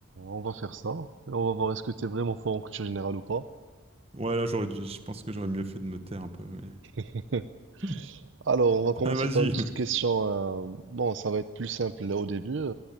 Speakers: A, on the right (about 65°); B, on the right (about 30°).
A: on va faire ça. Et on va voir est-ce que t'es vraiment fort en culture générale ou pas.
B: ouais, là, j'aurais, dû- je pense que j'aurais mieux fait de me taire un peu, mais.
A: <laughs>
B: <laughs>
A: Alors, on va commencer
B: Ah, vas-y.
A: par une petite question. euh, Bon, ça va être plus simple là, au début.